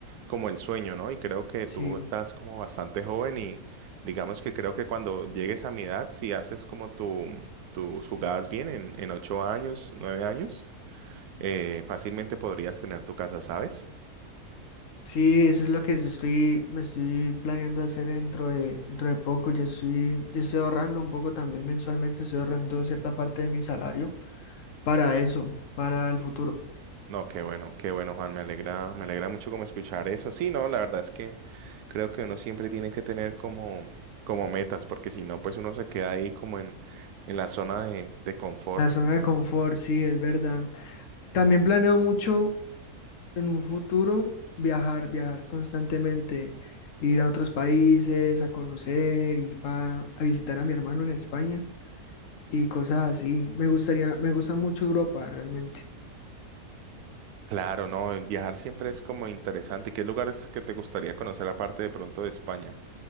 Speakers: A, on the right (about 80°); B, on the left (about 65°).
A: como el sueño, ¿no? Y creo que
B: Sí.
A: tú estás como bastante joven y digamos que creo que cuando llegues a mi edad, si haces como tu, tus jugadas bien en, en ocho años, nueve años, eh, fácilmente podrías tener tu casa, ¿sabes?
B: Sí, eso es lo que yo estoy, me estoy planeando hacer dentro de, dentro de poco. Ya estoy, ya estoy ahorrando un poco también mensualmente, estoy ahorrando cierta parte de mi salario para eso, para el futuro.
A: No, qué bueno, qué bueno, Juan, me alegra, me alegra mucho como escuchar eso. Sí, no, la verdad es que creo que uno siempre tiene que tener como, como metas, porque si no, pues uno se queda ahí como en, en la zona de, de confort.
B: La zona de confort, sí, es verdad. También planeo mucho en un futuro viajar, viajar constantemente, ir a otros países, a conocer, ir pa- a visitar a mi hermano en España y cosas así. Me gustaría, me gusta mucho Europa realmente.
A: Claro, no, el viajar siempre es como interesante. ¿Qué lugares que te gustaría conocer aparte de pronto de España?